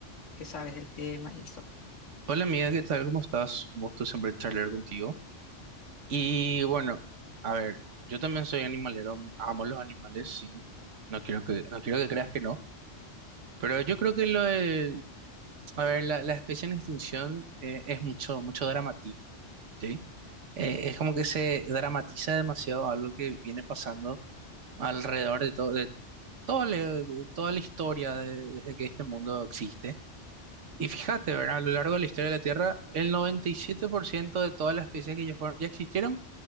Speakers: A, on the left; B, on the right.
A: qué sabes del tema y eso.
B: Hola amiga, ¿qué tal? ¿Cómo estás? Un gusto siempre charlar contigo. Y bueno, a ver, yo también soy animalero, amo los animales, sí. No quiero que, no quiero que creas que no. Pero yo creo que lo de, a ver, la, la especie en extinción eh, es mucho, mucho dramatismo, ¿sí? Eh, es como que se dramatiza demasiado algo que viene pasando alrededor de todo, de todo, le- de toda la historia de- desde que este mundo existe. Y fíjate, ¿verdad? A lo largo de la historia de la Tierra, el 97% de todas las especies que ya fueron, ya existieron,